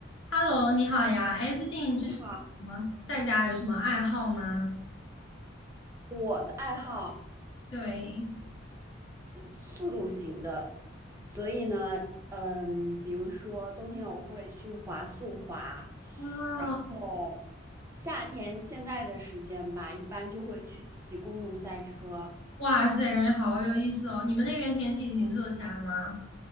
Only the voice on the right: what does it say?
你好，我的爱好
速度型的，所以呢，嗯，比如说冬天我会去滑速滑，
然后夏天现在的时间吧，一般就会去骑公路赛车。